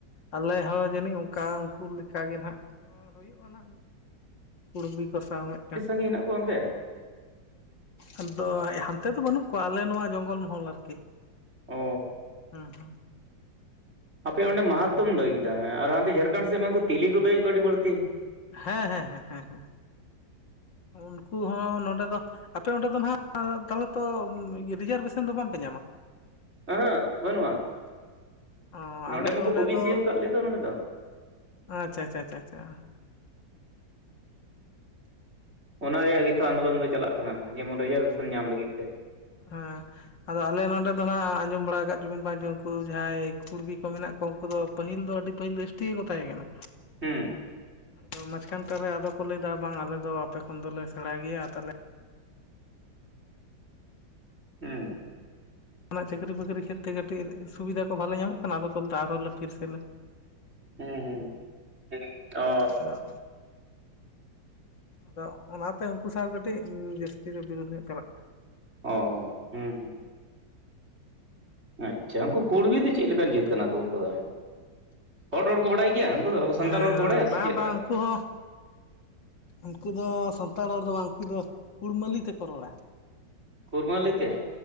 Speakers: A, on the left; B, on the right.
A: ᱟᱞᱮ ᱦᱚᱸ ᱡᱟᱱᱤᱡ ᱚᱱᱠᱟ ᱩᱱᱠᱩ ᱞᱮᱠᱟᱜᱮ ᱦᱟᱸᱜ ᱦᱩᱭᱩᱜ-ᱟ ᱱᱟᱜ, ᱠᱩᱲᱵᱤ ᱠᱚ ᱥᱟᱶ ᱢᱤᱫᱴᱟᱝ
B: ᱜᱤ ᱦᱮᱱᱟᱜ ᱠᱚᱣᱟ ᱚᱱᱛᱮ᱾
A: ᱟᱫᱚ ᱦᱟᱱᱛᱮ ᱫᱚ ᱵᱟᱱᱩᱜ ᱠᱚᱣᱟ ᱟᱞᱮ ᱱᱚᱣᱟ ᱡᱚᱝᱜᱚᱞ ᱢᱚᱦᱚᱞ ᱟᱨᱠᱤ᱾
B: ᱚ
A: ᱦᱩᱸ ᱦᱩᱸ
B: ᱟᱯᱮ ᱚᱸᱰᱮ ᱢᱟᱦᱟᱛᱚᱢ ᱞᱟᱹᱭ ᱠᱮᱫᱟ ᱮᱸ ᱟᱨ ᱦᱟᱱᱰᱮ ᱡᱷᱟᱠᱷᱚᱸᱰ ᱥᱮᱫ ᱢᱟ ᱩᱱᱠᱩ ᱛᱤᱞᱤ ᱠᱚ ᱞᱟᱹᱭᱮᱫ ᱠᱚᱣᱟ ᱟᱰᱤ ᱵᱟ. ᱲᱛᱤ᱾
A: ᱦᱮᱸ ᱦᱮᱸ ᱦᱮᱸ ᱦᱮᱸ ᱩᱱᱠᱩ ᱦᱚᱸ ᱱᱚᱰᱮ ᱫᱚ ᱟᱯᱮ ᱚᱸᱰᱮ ᱫᱚ ᱱᱟᱦᱜ ᱛᱟᱦᱞᱮ ᱛᱚ ᱨᱤᱡᱟᱨᱵᱷᱮᱥᱚᱱ ᱫᱚ ᱵᱟᱝᱯᱮ ᱧᱟᱢᱟ?
B: ᱮᱦᱮᱸ ᱵᱟᱹᱱᱩᱜ-ᱟ᱾
A: ᱚ
B: ᱱᱚᱰᱮ
A: ᱟᱞᱮ
B: ᱢᱟᱠᱚ ᱚ ᱵᱤ
A: ᱫᱚ
B: ᱥᱤ ᱟᱠᱟᱜ ᱞᱮ ᱫᱚ ᱱᱚᱸᱰᱮ ᱫᱚ᱾
A: ᱟᱪᱪᱷᱟ ᱟᱪᱪᱷᱟ ᱟᱪᱪᱷᱟ᱾
B: ᱚᱱᱟ ᱨᱮᱭᱟᱜ ᱜᱮᱛᱚ ᱟᱱᱫᱚᱞᱟ. ᱱ ᱫᱚ ᱪᱟᱞᱟᱜ ᱠᱟᱱᱟ ᱡᱮᱢᱚᱱ ᱨᱮᱡᱟ. ᱨᱵᱮᱥᱟ. ᱱ ᱧᱟᱢ ᱞᱟᱜᱤᱫ ᱛᱮ᱾
A: ᱦᱟᱸᱻ ᱟᱫᱚ ᱟᱞᱮ ᱱᱚᱰᱮ ᱫᱚ ᱱᱟᱦᱜ ᱟᱸᱡᱚᱢ ᱵᱟᱲᱟ ᱟᱠᱟᱫ ᱪᱚ ᱵᱤᱱ ᱵᱟᱝ ᱪᱚᱝ ᱩᱱᱠᱩ ᱡᱟᱦᱟᱸᱭ ᱠᱩᱲᱵᱤ ᱠᱚ ᱢᱮᱱᱟᱜ ᱠᱚᱣᱟ ᱩᱱᱠᱩ ᱫᱚ ᱯᱟ. ᱦᱤᱞ ᱫᱚ ᱟ. ᱰᱤ ᱯᱟ. ᱦᱤᱞ ᱫᱚ ᱮᱥᱴᱤ ᱜᱮᱠᱚ ᱛᱟᱸᱦᱮᱸ ᱠᱟᱱᱟ᱾
B: ᱦᱩᱸ᱾
A: ᱟᱫᱚ ᱢᱟᱡᱠᱷᱟᱱ ᱛᱟᱞᱦᱮ ᱟᱫᱚ ᱠᱚ ᱞᱟᱹᱭᱫᱟ ᱵᱟᱝ ᱟᱞᱮ ᱫᱚ ᱟᱯᱮ ᱠᱷᱚᱱ ᱫᱚᱞᱮ ᱥᱮᱬᱟ ᱜᱮᱭᱟ ᱛᱟᱞᱦᱮ
B: ᱦᱩᱸ᱾
A: ᱵᱚᱱᱟᱜ ᱪᱟ. ᱠᱨᱤ ᱵᱟ. ᱠᱨᱤ ᱠᱷᱮᱛᱨᱮ ᱠᱟᱴᱤᱡ ᱥᱩᱵᱤᱫᱟ ᱠᱚ ᱵᱷᱟᱞᱮ ᱧᱟᱢᱚᱜ ᱠᱟᱱᱟ ᱟᱫᱚ ᱠᱚ ᱞᱟᱹᱭ ᱫᱟ ᱟᱨᱦᱚᱸ ᱞᱮ ᱯᱷᱤᱨᱥᱮ ᱞᱮ
B: ᱦᱩᱸ-ᱦᱩᱸ ᱦᱩᱸ ᱚᱻ
A: ᱟᱫᱚ ᱟᱫᱚ ᱚᱱᱟᱛᱮ ᱩᱱᱠᱩ ᱥᱟᱶ ᱠᱟᱹᱴᱤᱡ ᱡᱟᱥᱛᱤ ᱫᱚ ᱵᱤᱨᱩᱫ ᱧᱚᱜ ᱪᱟᱞᱟᱜ ᱠᱟᱱᱟ᱾
B: ᱚ ᱦᱩᱸ ᱦᱩᱸ᱾ ᱟᱪᱪᱷᱟ ᱩᱱᱠᱩ ᱠᱩᱸᱲᱵᱤ ᱫᱚ ᱪᱮᱫ ᱞᱮᱠᱟᱱ ᱡᱟᱹᱛ ᱠᱟᱱᱟ ᱠᱚ ᱩᱱᱠᱩ ᱫᱚ ᱦᱚᱲ ᱨᱚᱲ ᱠᱚ ᱵᱟᱲᱟᱭ ᱜᱮᱭᱟ? ᱫᱚ ᱟᱵᱚ ᱥᱟᱱᱛᱟᱲ
A: ᱦᱮᱸ
B: ᱨᱚᱲ ᱠᱚ ᱵᱟᱰᱟᱭᱟ ᱥᱮ
A: ᱵᱟᱝ
B: ᱪᱮᱫ
A: ᱵᱟᱝ
B: ᱞᱮᱠᱟ?
A: ᱩᱱᱠᱩ ᱦᱚᱸ ᱩᱱᱠᱩ ᱫᱚ ᱥᱟᱱᱛᱟᱲ ᱦᱚᱲ ᱫᱚ ᱵᱟᱝ ᱩᱱᱠᱩ ᱫᱚ ᱠᱩᱲᱢᱟᱹᱞᱤ ᱛᱮᱠᱚ ᱨᱚᱲᱟ᱾
B: ᱠᱩᱲᱢᱟᱹᱞᱤ ᱛᱮ᱾